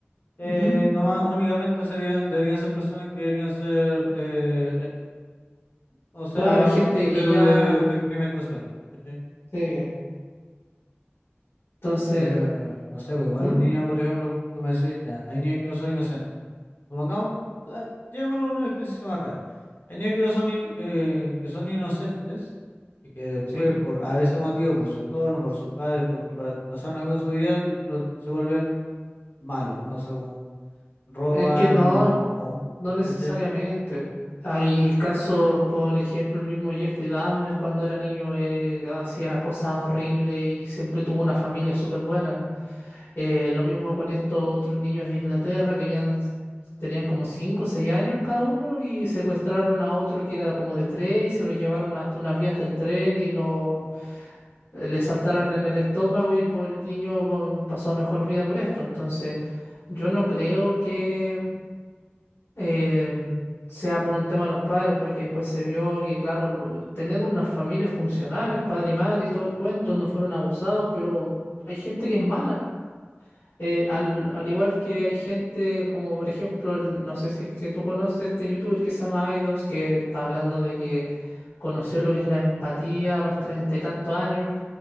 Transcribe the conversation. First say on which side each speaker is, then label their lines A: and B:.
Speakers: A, on the left; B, on the left.
A: eh,
B: Ujú.
A: nomás únicamente serían, deberían ser personas que deberían ser, eh, eh, o sea,
B: Claro, gente
A: sujetos
B: que ya
A: de, de experimentación, ¿cachai?
B: Sí, entonces,
A: Porque, no sé, pues, igual
B: ¿Mm?
A: un niño, por ejemplo, tú me decís, ya, hay niños que no son inocentes. Supongamos, ah, llevémoslo a un ejercicio más real. Hay niños que, no son, in- que, que son inocentes y que después,
B: sí,
A: por a veces motivo, por su entorno, por sus padres, porque pa- pasaron algo en su vida, lo- se vuelven malos. O sea, como roban
B: es que no,
A: o, o
B: no necesariamente.
A: ¿cachai?
B: Hay casos, como por ejemplo el mismo Jeffrey Dahmer, cuando era niño eh, hacía cosas horribles y siempre tuvo una familia súper buena. Eh, lo mismo con estos otros niños de Inglaterra que habían, tenían como 5 o 6 años cada uno y secuestraron a otro que era como de 3 y se lo llevaron hasta unas vías del tren y lo, le saltaron en el estómago y el pobre niño bueno, pasó a mejor vida por esto. Entonces, yo no creo que eh, sea por un tema de los padres, porque después se vio que, claro, lo- tenían unas familias funcionales, padre y madre y todo el cuento, no fueron abusados, pero hay gente que es mala. Eh, al, al igual que hay gente como por ejemplo, el- no sé si es que tú conoces este youtuber que se llama Aidos que está hablando de que conoció lo que es la empatía a los treinta y tantos años